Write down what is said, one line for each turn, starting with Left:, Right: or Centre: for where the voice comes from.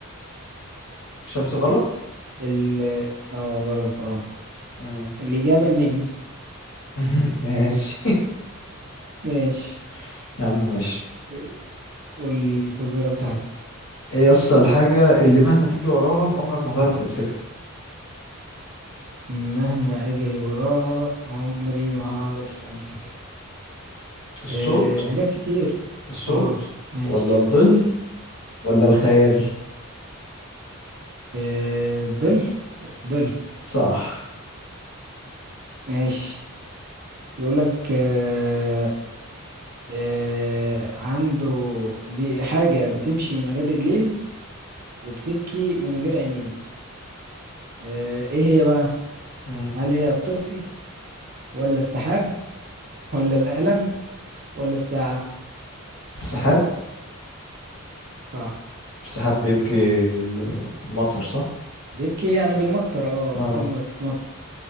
Left: الشمس غلط
Right: ال اه غلط اه
Left: امم
Right: الإجابة النجم
Left: <laughs> ماشي
Right: ماشي
Left: <laughs> يا عم ماشي
Right: آه، والفزورة بتاعتي
Left: ايه اصل الحاجة اللي مهما تجري وراها عمرك ما هتعرف تمسكها
Right: مهما أجري وراها عمري ما هعرف أمسكها
Left: الصوت
Right: أه حاجات كتير
Left: الصوت
Right: اه ماشي
Left: ولا الظل ولا الخيال
Right: أه ظل ظل
Left: صح
Right: ماشي بيقولك أه أه عنده بي- حاجة بتمشي من غير رجلين وبتبكي من غير عينين آه، ايه هي بقى
Left: امم
Right: هل هي الطفل ولا السحاب ولا القلم ولا الساعة
Left: السحاب
Right: صح
Left: السحاب بيبكي ال- المطر صح
Right: بيبكي يعني بيمطر اه بتم-
Left: اه
Right: بتمطر